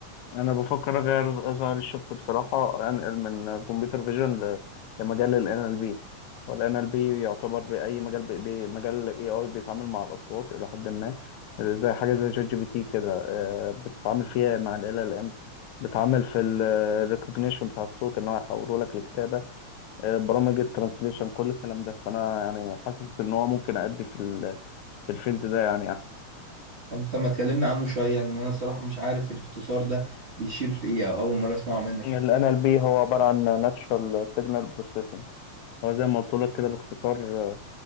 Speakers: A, on the left; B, on the right.
A: أنا بفكر أغير أغير الشفت بصراحة أنقل من الكمبيوتر فيجن ل- لمجال ال NLP وال NLP يعتبر بأي مجال ب- بمجال ال AI بيتعامل مع الأصوات إلى حد ما زي حاجة زي شات جي بي تي كده آه، بتتعامل فيها مع ال LLM بتعامل في ال recognition بتاع الصوت إن هو يحوله لك لكتابة آه، برامج الترانسليشن كل الكلام ده فانا يعني حاسس ان هو ممكن ادي في ال- في الفيلد ده يعني احسن
B: انت ما تكلمنا عنه شوية لان انا صراحة مش عارف الاختصار ده بيشير لإيه او اول مرة اسمعه منك
A: ال
B: الحقيقة.
A: NLP هو عبارة عن Natural Signal Processing هو زي ما قلت لك كده باختصار آه،